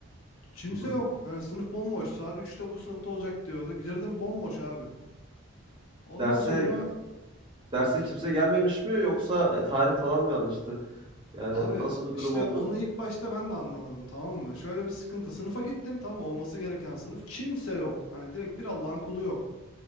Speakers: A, on the left (about 75°); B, on the right (about 25°).
A: Kimse
B: Hı-hı.
A: yok. Hani sınıf bomboş. Saat üçte bu sınıfta olacak diyordu. Girdim bomboş abi. Ondan
B: Derse
A: sonra
B: derse kimse gelmemiş mi yoksa e, tarih falan mı yanlıştı? Yani
A: Abi
B: nasıl bir
A: işte
B: durum oldu?
A: onu ilk başta ben de anlamadım tamam mı? Şöyle bir sıkıntı. Sınıfa gittim tamam mı? olması gereken sınıf. Kimse yok. Hani direkt bir Allah'ın kulu yok.